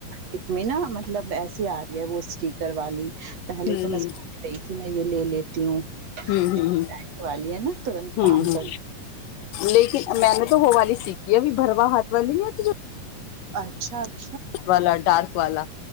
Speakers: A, on the right (about 50°); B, on the left (about 75°).
A: ات میں نا مطلب مطلب ایسی آر رہی ہے وہ اسٹیکر والی پہلے
B: ہوں
A: تو میں سچ رہی تھی میں یہ لے لیتی تیوں
B: ہ ہ
A: نے والی ہے نا ترنت
B: ہ ہ
A: کام
B: ہ
A: کر
B: لیکن میں نے تو ہو والی سیکھی ہے ابھی بھروا ہات وال نہیں ہے تو جو
A: اچھاچ
B: والا ڈارک والا